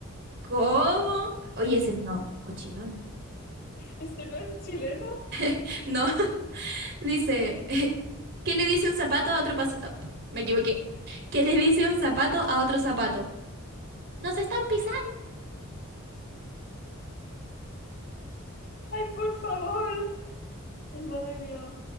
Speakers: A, on the right; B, on the left.
A: ¿Cómo? Oye, ese no, cochinón.
B: ¿Este no es chileno?
A: <laughs> No. Dice, <laughs> ¿qué le dice un zapato a otro pas... Me equivoqué. ¿Qué le dice un zapato a otro zapato? ¡Nos están pisando!
B: Ay, por favor. Madre mía.